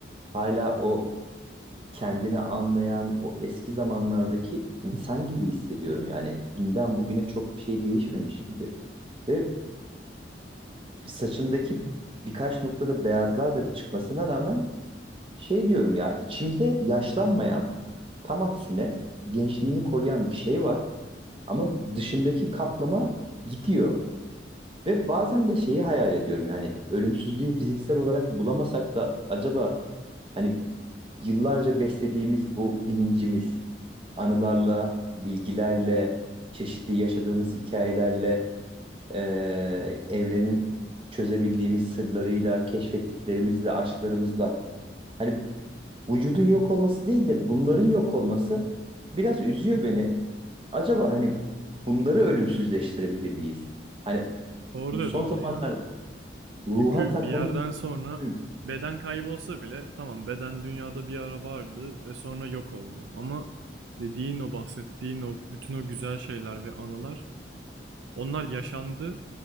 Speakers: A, on the right (about 30°); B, on the right (about 75°).
A: hala o kendini anlayan o eski zamanlardaki insan gibi hissediyorum yani dünden bugüne çok bir şey değişmemiş gibi ve saçımdaki birkaç noktada beyazlar da çıkmasına rağmen şey diyorum ya içimde yaşlanmayan tam aksine gençliğini koruyan bir şey var. Ama dışındaki kaplama gidiyor. Ve bazen de şeyi hayal ediyorum yani ölümsüzlüğü fiziksel olarak bulamasak da acaba hani yıllarca beslediğimiz bu bilincimiz anılarla, bilgilerle, çeşitli yaşadığımız hikayelerle, eee, evrenin çözebildiğimiz sırlarıyla, keşfettiklerimizle, aşklarımızla hani vücudun yok olması değil de bunların yok olması biraz üzüyor beni. Acaba hani bunları ölümsüzleştirebilir miyiz? Hani
B: Doğru
A: bu
B: dedin
A: son
B: onu
A: zamanlarda
B: ya.
A: ruha
B: Çünkü
A: takmamız
B: bir yerden sonra
A: mümkün.
B: beden kaybolsa bile tamam beden dünyada bir ara vardı ve sonra yok oldu. Ama dediğin o bahsettiğin o bütün o güzel şeyler ve anılar Onlar yaşandı,